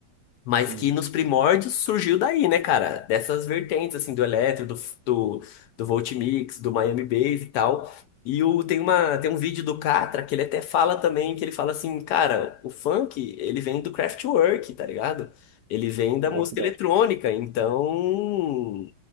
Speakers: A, on the left (about 75°); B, on the right (about 75°).
A: Mas
B: Sim.
A: que nos primórdios surgiu daí, né, cara? Dessas vertentes, assim, do eletro, do, do, do Voltimix, do Miami Bass e tal. E o, tem uma, tem um vídeo do Catra que ele até fala também, que ele fala assim, cara, o funk, ele vem do Kraftwerk, tá ligado? Ele vem da
B: Ó,
A: música
B: que da
A: eletrônica,
B: hora.
A: então...